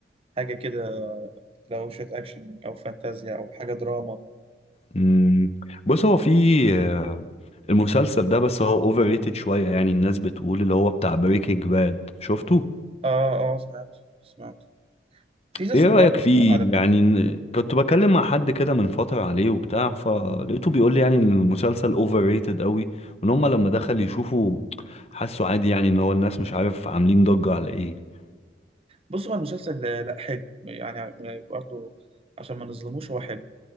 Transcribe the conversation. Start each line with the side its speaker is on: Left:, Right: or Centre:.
Right: حاجة كده لو شوية اكشن او فانتازيا او حاجة دراما
Left: مم، بص هو في آه، المسلسل ده بس هو اوفر ريتد شوية يعني الناس بتقول اللي هو بتاع بريكنج باد شفته؟
Right: اه اه سمعت سمعت في ذا سوبرانوس
Left: ايه رأيك فيه
Right: بقى على فكرة
Left: يعني ن- كنت بكلم مع حد كده من فترة عليه وبتاع فلقيته بيقول لي يعني ان المسلسل اوفر ريتد قوي وان هم لما دخل يشوفوا حسوا عادي يعني ان هو الناس مش عارف عاملين ضجة على ايه
Right: بصوا هو المسلسل ده- لا حلو يعني برضه عشان ما نظلموش هو حلو